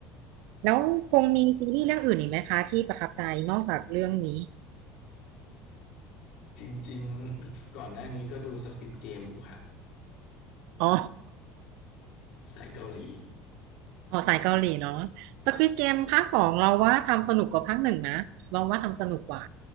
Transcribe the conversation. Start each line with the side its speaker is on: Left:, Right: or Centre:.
Right: แล้วพงมีซีรีส์เรื่องอื่นอีกไหมคะที่ประทับใจนอกจากเรื่องนี้
Left: จริงๆก่อนหน้านี้ก็ดู Squid Game อยู่ครับ
Right: อ๋อ
Left: สายเกาหลี
Right: <laughs> อ๋อสายเกาหลีเนาะ Squid Game ภาคสองเราว่าทำสนุกกว่าภาคหนึ่งนะเราว่าทำสนุกกว่า